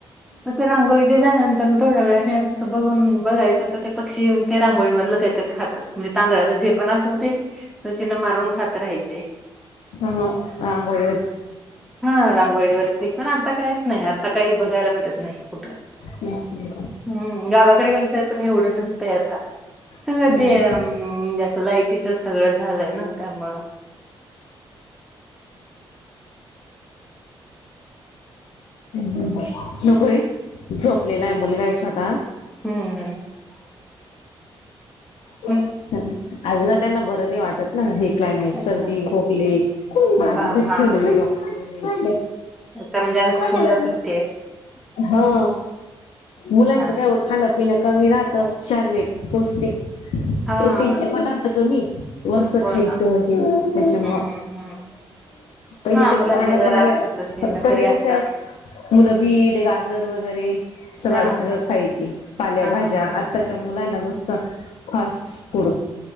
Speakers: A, in the centre; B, on the left.
A: मग ते रांगोळी ते झाल्यानंतर थोड्या वेळाने बघून बघायचं तर ते पक्षी ते रांगोळी मधलं काहितरी खातात. म्हणजे तांदळाचं जे पण असेल ते त चिन्ह मारून खात राहायचे
B: हा हा रांगोळी
A: हा रांगोळीवरती पण आता काहीच नाही आता काही बघायला भेटत नाही कुठं.
B: हम्म
A: हम्म! गावाकडे गेलं तर पण एवढं नसतंय आता. सगळं
B: हम्म.
A: ते अम जसं लाईट तिच सगळं झालंय ना त्यामुळे
B: नको रे झोपलेला आहे मुलगा आहे छोटा.
A: हम्म, हम्म. हं,
B: सानी अजूनं हा त्यांना बरं नाही वाटत ना हे क्लायमेट सर्दी,
A: अच्छा.
B: खोकले आज
A: हां,
B: घरी
A: हां.
B: ठेवलेले डॉक्टरकडे न्यायचे.
A: अच्छा! म्हणजे आज
B: कोण
A: स्कूलला
B: आहे मम्मी?
A: सुट्टी आहे.
B: हा मुलांचं
A: हां,
B: काय खाण्यापिण्या कमी राहत. शारिक-पौष्टिक
A: हां.
B: प्रोटीनचे पदार्थ कमी वरचं
A: हो
B: खायचं
A: ना.
B: हे त्याच्यामुळं.
A: हं, हं.
B: पहिले
A: हां,
B: कस
A: मुलांचे
B: खाणं
A: जरा
B: पण
A: असतात तसे नखरे
B: पहिले
A: असतात.
B: कस मुलं बीट, गाजर वगैरे. सलाड
A: हां,
B: सगळ
A: हां.
B: खायचे पालेभाज्या
A: हां, हां.
B: आताच्या मुलाला नुसतं फास्ट फूड.